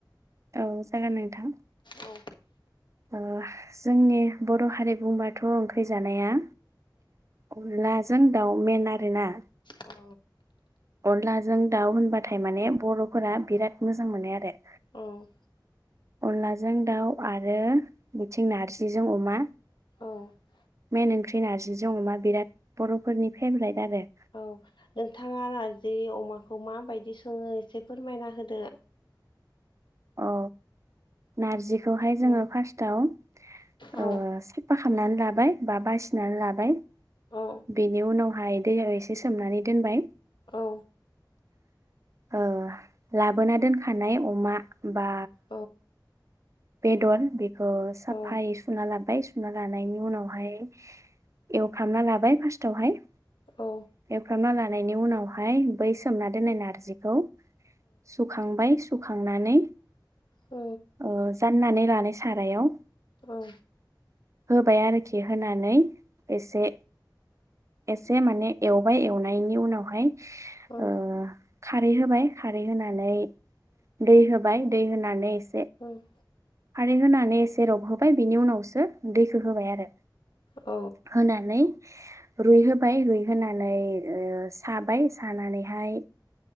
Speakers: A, on the right; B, on the left.
A: औ जागोन नोंथां।
B: औ।
A: ओ जोंनि बर' हारि बुंबाथ' ओंख्रि जानाया अनलाजों दाउमेन आरोना।
B: अ।
A: अनलाजों दाउ होनबाथाय माने बर'फोरा बिराद मोजां मोनो आरो।
B: औ।
A: अनलाजों दाउ आरो बिथिं नारजिजों अमा।
B: औ
A: मेेन ओंख्रि नारजिजों अमा बिराद बर'फोरनि फेभ्रेट आरो।
B: औ नोंथाङा नार्जि अमाखौ माबायदि सङो एसे फोरमायना होदो।
A: औ नारजिखौहाय जोङो
B: औ
A: फार्स्टआव ओ
B: औ
A: साफा खालामनानै लाबो बा बासिनानै लाबाय
B: औ
A: बेनि उनावहाय दैया एसे सोमनानै दोनबाय।
B: औ।
A: ओ लाबोना दोनखानाय अमा बा
B: औ
A: बेदर बेखौ
B: औ
A: साफायै सुना लाबाय सुना लानायनि उनावहाय एवखामना लाबाय फार्स्टावहाय।
B: औ।
A: फ्रामना लानायनि उनावहाय बै सोमना दोननाय नारजिखौ सुखांबाय सुखांनानै
B: औ।
A: ओ जाननानै लानाय सारायाव।
B: औ।
A: होबाय आरोखि होनानै एसे। एसे माने एवबाय एवनायनि उनावहाय
B: औ।
A: ओ खारै होबाय खारै होनानै दै होबाय दै होनानै एस
B: उम
A: खारै होनानै एसे रब होबाय बिनि उनावसो दैखौ होबाय आरो।
B: औ
A: होनानै रुइहोबाय रुइहोनानै ओ साबाय सानानै हाय